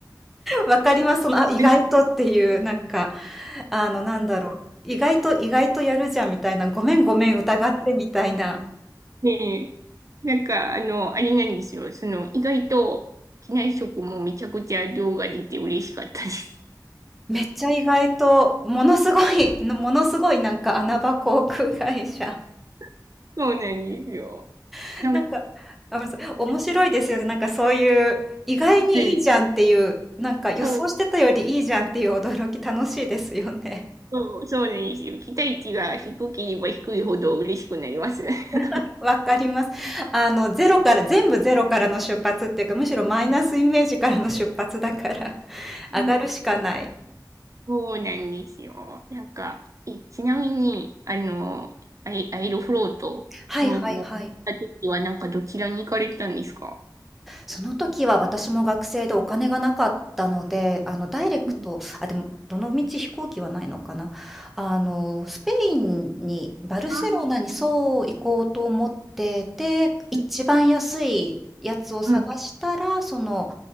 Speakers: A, in the centre; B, on the right.
A: わかります。その、あ、意外とっていう、
B: でも、
A: なんか、あの、なんだろう。意外と、意外とやるじゃんみたいな、ごめんごめん疑ってみたいな。
B: ねえ、なんか、あの、あれなんですよ。その、意外と、機内食もめちゃくちゃ量が出て嬉しかったです。
A: めっちゃ意外と、ものすごい、ものすごいなんか穴場航空会社。
B: <laughs> そうなんですよ。
A: <laughs>
B: なんか、
A: なんか、あ、ごめんなさい、面白いですよね。なんかそういう、意外にいいじゃんっていう、
B: ねえ、
A: なんか予想してたよりいいじゃんっていう驚き楽しいですよね。
B: そう、そう、そうなんですよ。期待値が低ければ低いほど嬉しくなります。<laughs> なんか
A: <laughs> わかります。あの、ゼロから、全部ゼロからの出発っていうか、むしろマイナスイメージからの出発だから、<laughs> 上がるしかない。
B: うんそうなんですよ。なんか、え、ちなみに、あの、アイ、アイロフロートの、
A: はいはいはい。
B: の時は、なんか、どちらに行かれたんですか
A: その時は私も学生でお金がなかったので、あの、ダイレクト、
B: うん
A: あ、でも、どのみち飛行機はないのかな。あの、スペインに、バルセロナにそう行こうと思ってて、
B: あー
A: 一番安いやつを探したら、
B: うんうん
A: その、